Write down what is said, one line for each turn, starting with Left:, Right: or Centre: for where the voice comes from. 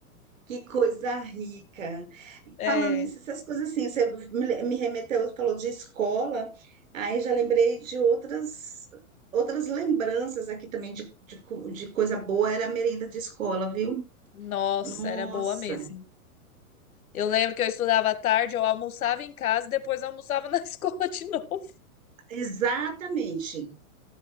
Right: Que coisa rica. E
Left: É,
Right: Falando nisso,
Left: é.
Right: essas coisas assim, você me le- me remeteu, falou de escola, aí já lembrei de outras outras lembranças aqui também de, de, co- de coisa boa, era a merenda de escola, viu?
Left: Nossa,
Right: Nossa,
Left: era boa mesmo. Eu lembro que eu estudava à tarde, eu almoçava em casa e depois almoçava na <laughs> escola de novo.
Right: exatamente.